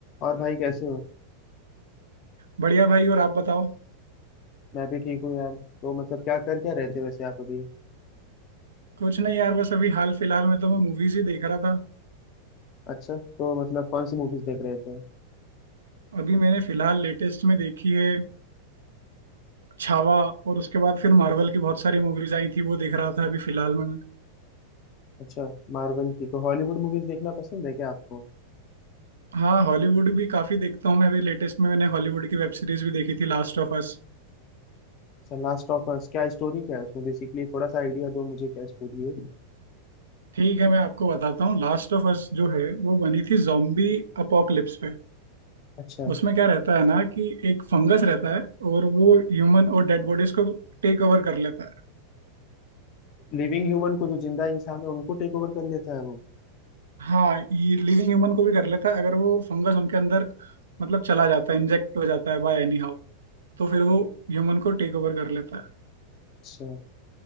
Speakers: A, on the left; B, on the right.
A: और भाई कैसे हो
B: बढ़िया भाई और आप बताओ
A: मैं भी ठीक हूँ यार तो मतलब क्या कर क्या रहे थे वैसे आप अभी
B: कुछ नहीं यार बस अभी हाल फिलहाल में तो मैं मूवीज ही देख रहा था
A: अच्छा तो मतलब कौन सी मूवीज देख रहे थे
B: अभी मैंने फिलहाल लेटेस्ट में देखी है छावा और उसके बाद फिर मार्वल की बहुत सारी मूवीज आई थी वो देख रहा था अभी फिलहाल में मैं
A: अच्छा मार्वल की तो हॉलीवुड मूवीज देखना पसंद है क्या आपको
B: हाँ हॉलीवुड भी काफी देखता हूँ मैं अभी लेटेस्ट में मैंने हॉलीवुड की वेब सीरीज भी देखी थी लास्ट ऑफ अस
A: अच्छा लास्ट ऑफ अस क्या स्टोरी क्या है उसमें बेसिकली थोड़ा सा आइडिया दो मुझे क्या स्टोरी है
B: ठीक है मैं आपको बताता हूँ लास्ट ऑफ अस जो है वो बनी थी जॉम्बी अपोकलिप्स पे
A: अच्छा
B: उसमें क्या रहता है ना कि एक फंगस रहता है और वो ह्यूमन और डेड बॉडीज को टेक ओवर कर लेता है
A: लिविंग ह्यूमन को जो जिंदा इंसान है उनको टेक ओवर कर लेता है वो
B: हाँ ये लिविंग ह्यूमन को भी कर लेता है अगर वो फंगस उनके अंदर मतलब चला जाता है इंजेक्ट हो जाता है बाय एनी हाउ तो फिर वो ह्यूमन को टेक ओवर कर लेता है
A: अच्छा